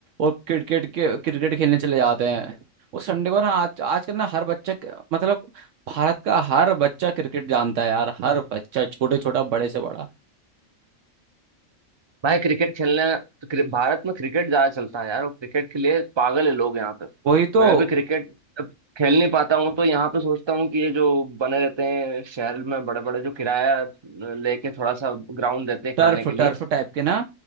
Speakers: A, on the right; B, on the right.
A: और क्रिकेट के क्रिकेट खेलने चले जाते हैं वो संडे को ना आज आजकल ना हर बच्चा मतलब भारत का हर बच्चा क्रिकेट जानता है यार हर बच्चा छोटे छोटा बड़े से बड़ा
B: भाई क्रिकेट खेलना तो क्रि- भारत में क्रिकेट ज्यादा चलता है यार और क्रिकेट के लिए पागल है लोग यहाँ पे
A: वही तो
B: मैं भी क्रिकेट जब खेल नहीं पाता हूँ तो यहाँ पे सोचता हूँ कि ये जो बने रहते हैं शहर में बड़े बड़े जो किराया लेके थोड़ा सा ग्राउंड देते हैं
A: टर्फ
B: खेलने के लिए
A: टर्फ टाइप के ना